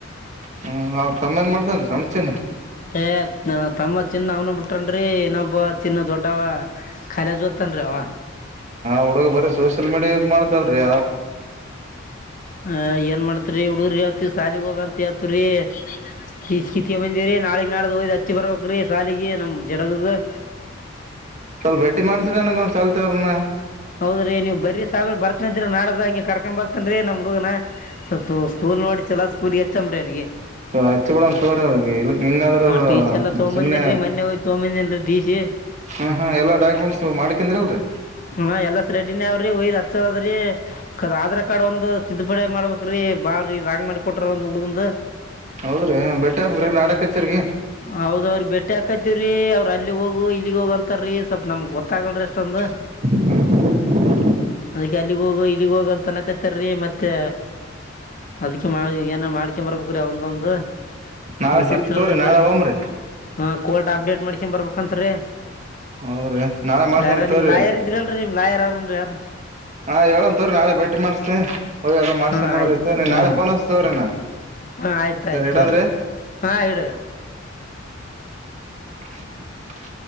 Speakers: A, on the right (about 35°); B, on the left (about 45°).
A: ಹ್ಮ್ ಅವ್ರ <unintelligible>
B: ಏ ತಮ್ಮ ಚಿನ್ನ ಅವ್ನ ಬಿಟನ್ ಇನ್ನೊಬ್ಬ ಚಿನ್ನ ದೊಡ್ಡವ ಖಾಲ ಜೊತೆ ಅನ್ರೆವಾ
A: ಹುಗಗ್ ಬರ ಸೋಷಿಯಲ್ ಮೀಡಿಯ ಯೂಸ್ ಮಾಡತಲ್ರರಿ
B: ಹ ಏನ್ ಮಾಡಾತ್ರಿ ಹುಡುರ್ ಹತಿ ಶಾಲಿಗ್ ಹೋಗಂತ ಹೇತ್ರಿ ಕೀಚ್ ಕಿತ್ಕ ಬಂದಿರಿ ನಾಳಗ್ ನಾಡ್ದ ಹಯ್ದ್ ಹಚ್ಚಿ ಬರ್ಬಕ್ ಸಾಲಿಗೆ ನಮ್ ಜಡಗಗ ಹ
A: ಸ್ವಲ್ಪ ಭೇ ಮಾಡಸ್ರಿ ಅನಗ ಒಂದ್ ಸಲ್ತವ್ರನ
B: ಹೌದ್ರೀ ನೀವು ಬರೀ ಸಾಬನ್ ಬರ್ತನಂತೀರ ನಾಡದ ಹಂಗೆ ಕರ್ಕೊ್ ಬರ್ತನ್ ನಮ್ಮ್ ಹುಡುಗನ ಸ್ಕೂಲ್ ನೋಡಿ ಚಲ ಸ್ಕೂಲ್ ಎಚ್ಚಂಬ್ರಿ ಅವನಿಗೆ
A: ಹಚ್ಚಿ ಬಿಳ ತೋರ ಅವ್ರಿಗೆ ಇಲ್ಲಕ್ ಹಿಂಗಂದ್ರ
B: ಟಿ ಸಿ ಎಲ್ಲ ತೊಗೊಂಬಂದಿನ್ರಿ
A: ಸುಮ್ಮನೆ
B: ಮೊನ್ನೆ ಹೋಗಿ ತೊಗೊಂಬಂದೇನ್ರಿ ಟಿ ಸಿ
A: ಹಾ ಹಾ ಎಲ್ಲಾ ಡಾಕ್ಯುಮೆಂಟ್ಸ್ ಮಾಡ್ಕಿಂದಿ ಅಲ್ರಿ
B: ಹ್ಮ ಎಲ್ಲ ಸ ರೆಡಿನೇ ಅವ್ರಿ ಒಯ್ದ್ ಹಚ್ಚದದ್ರಿ ಕ ಆಧಾರ್ ಕಾರ್ಡ್ ಒಂದು ತಿದ್ದುಪಡಿ ಮಾಡ್ಬೇಕ್ರೀ ಬಾಳ ರಾಂಗ್ ಮಾಡಿ ಕೊಟ್ರ ಒ್ ಹುಡುಗಂದ
A: ಹೌದ್ರಿ ಬ ಬೆಟ್ಟೆ ಹಾಬ್ರಿ ನಾಡಕ್ಚ್ಚಿ
B: ಹೌದ ಅವ್ರಿ ಬೆಟ್ಟೆ ಹಾಕತಿವ್ರೀ ಅವ್ ಅಲ್ಲಿಗ್ ಹೋಗು ಇಲ್ಲಿಗ್ ಹೋಗ ಅಂತಾರ್ರೀ ಸ್ವಲ್ ನಮ್ಗ್ ಗೊತ್ತಾಗಲ್ರಿ ಅಷ್ಟೊಂದು
A: ಹ್ಮ
B: ಅದಕ್ಕೆ ಅಲ್ಲಿಗ್ ಹೋಗ ಇಲ್ಲಿಗ್ ಹೋಗ ಅಂತನ ಕತ್ತ ಇರೀ ಮತ್ತೆ ಅದಕ ಮಾಡ ಏನ ಮಾಡ್ಕೊ ಬರ್ಬೇಕ್ರೀ ಒಂದೊಂದು
A: ನಾಳೆ
B: ನೀ
A: ಸಿಗ್
B: ಬರ್ತರಲ್ರರಿ
A: ತೋರಿ
B: ಬರರಿ
A: ನಾಳೆ ಹೋಮ್ರಿ
B: ಹ ಕೋರ್ಟ್ ಅಪ್ಡೇಟ್ ಮಾಡಸನ್ ಬರ್ಬೇಕಂತರಿ
A: ಹೌದ್ರಿ ನಾಳೆ ಮಾಡ್ಸನ್
B: ಯಾರ
A: ತೋರಿ
B: ನಿಮ್ ಲಾಯರ್ ಇದ್ರಿ ಅಲ್ರಿ ನಿಮ್ ಲಾಯರ್ ಯಾರನ್ರಿ ಯಾರು
A: ಹಾ ಹೇಳಂತವರಿ ನಾಳೆ ಭೇ ಮಾಡಿಸತತೆ ಹೋಗಿ ಎಲ್ಲ ಮಾಡ್ಸಬಂದ್ರ
B: ಹಾಂ ಆಯ್ತು
A: ಐತೆ ನೀನ್
B: ಹ್ಞೂ
A: ನಾಳೆ ನ್ಸತವ್ರಿ ನ
B: ಹಾಂ ಆಯ್ತು
A: ಸರ್
B: ಆಯ್ತು
A: ಎರಡಂದ್ರೆ
B: ತಗೋರಿ ಹಾಂ ಇಡು ಇಡು
A: <unintelligible>